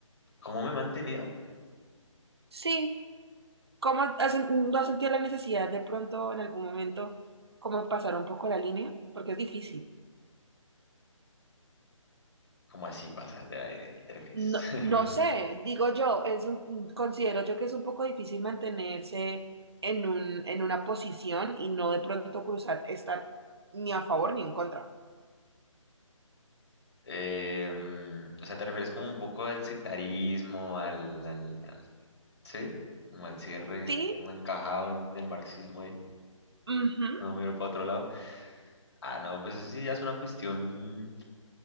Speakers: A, on the left (about 55°); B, on the right (about 50°).
A: ¿cómo me he mantenido?
B: Sí, ¿cómo has, no has sentido la necesidad de pronto en algún momento como pasar un poco la línea? Porque es difícil.
A: ¿Cómo así pasar de la línea? ¿A qué te refieres?
B: No,
A: <laughs>
B: no
A: Perdón.
B: sé, digo yo, es un- considero yo que es un poco difícil mantenerse en un, en una posición y no de pronto cruzar, estar ni a favor ni en contra.
A: Eh, mm, o sea, ¿te refieres como un poco al sectarismo, al, al- al- ¿sí? Como al cierre,
B: Sí,
A: como encajado en el marxismo y
B: ujú.
A: no miro para otro lado? Ah, no, pues eso sí ya es una cuestión